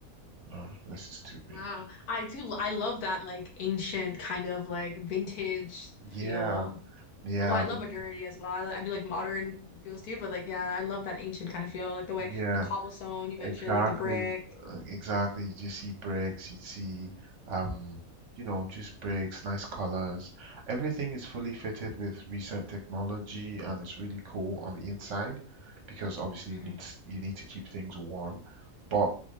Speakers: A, on the right; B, on the left.
A: Oh, this is too
B: Wow.
A: big.
B: I do, I love that like ancient kind of like vintage
A: Yeah,
B: feel.
A: yeah,
B: Although I love
A: th-
B: modernity as well. I, li- I do like modern feels too, but like, yeah, I love that ancient kind of feel, like the way
A: yeah,
B: the cobblestone you mentioned,
A: exactly,
B: like the brick.
A: uh, exactly. You just see bricks, you see, um, you know, just bricks, nice colors. Everything is fully fitted with recent technology, and it's really cool on the inside because obviously
B: Mhm.
A: you need s- you need to keep things warm. But